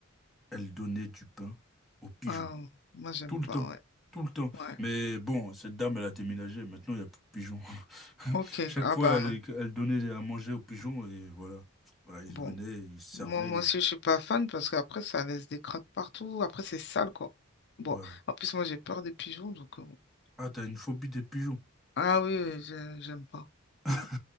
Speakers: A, in the centre; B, on the left.
A: elle donnait du pain aux pigeons.
B: Ah, moi j'aime
A: Tout le
B: pas,
A: temps,
B: ouais.
A: tout le temps.
B: Ouais.
A: Mais bon, cette dame, elle a déménagé. Maintenant, il n'y a plus de pigeons. <laughs>
B: Ok.
A: Chaque
B: Ah
A: fois,
B: bah
A: elle, elle donnait à manger aux pigeons et voilà. Voilà, ils
B: bon.
A: venaient, ils se servaient.
B: Moi, moi aussi, je suis pas fan parce qu'après, ça laisse des crottes partout. Après, c'est sale, quoi. Bon,
A: Voilà.
B: en plus, moi, j'ai peur des pigeons, donc euh, bon.
A: Ah, t'as une phobie des pigeons.
B: Ah oui, oui, je- j'aime pas.
A: <laughs>
B: Mm,
A: Je